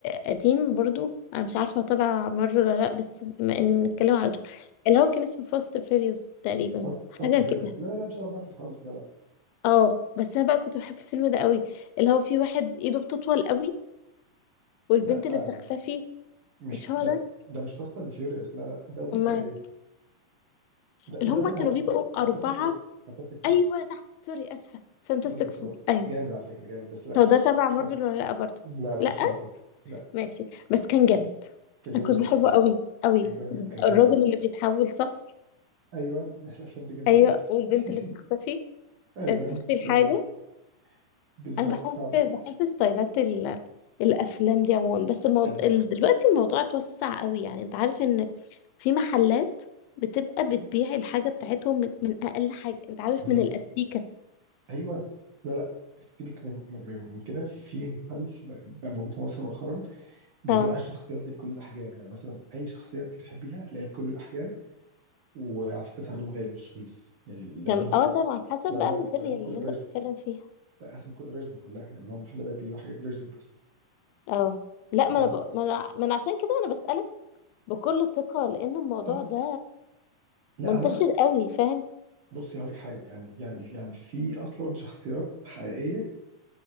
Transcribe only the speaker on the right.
فاست
فاست اند
فيوريوس لا لا لا مش تبع مارفل خالص لا لا
لا
آه،
مش
ده
ده مش فاست اند فيوريوس لا لا انت قصدك
على ايه؟ انت
انت
قصدك
على
فانتاستيك فور فانتاستيك فور
فانتاستيك
فور
جامد على فكره جامد بس لا
مش
مش
مارفل
لا لا
مش مارفل لا
كان جامد
قوي
الصراحه
كان جامد كان جامد
قوي
ايوه الافلام دي جامده
قوي
<laughs>
ايوه
بالظبط بالظبط
فعلا
انا
ايوه
ايوه لا لا سيبك من من من- من كده في محل بقى موجود في مصر مؤخرا بيبيع
الشخصيات دي بكل الاحجام يعني مثلا اي شخصيه انت بتحبيها هتلاقيها بكل الاحجام وعلى فكره سعرهم غالي مش رخيص يعني لانهم
حاجات
لانها
لانها بتكون
اوريجينال
لا اصلا بتكون اوريجينال كلها يعني هو المحل ده بيبيع حاجات اوريجينال بس
ف...
اه
لا
هو انا
بصي هقول لك حاجه يعني يعني يعني في اصلا شخصيات حقيقيه